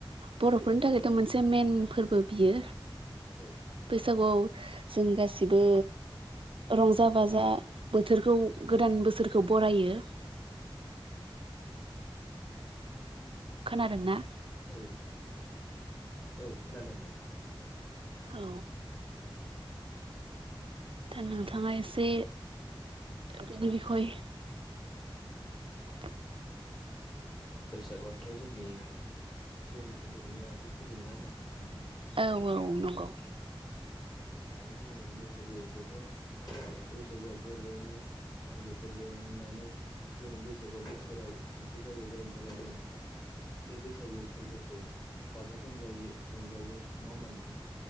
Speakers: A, on the right (about 70°); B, on the left (about 45°).
A: बरफोरनि थाखायथ मोनसे मेन फोरबो बियो
B: औ
A: बैसागुआव जों गासिबो रंजा- बाजा बोथोरखौ गोदान बोसोर खौ बरायो खोनादोंना
B: औ औ खोनादों नोंथां
A: औ दा नोंथाङा एसे बिनि बिखौहाय <unintelligible>
B: बैसागुवा थ जोंनि जोंनि बरनि आगु फोरबो नङा होनबा नोंथां
A: औ औ नंगौ
B: दायो जोङो बैसागुखौथ बैसागुआ बरनि आंगो फोरबो होननानै जों बैसागुआ बोसोराव खनसे जायो जायनि थाखाय जों बे बैसागु फोरबोखौ गाजा गोमजायै रंजायो नङा होमबा नोंथां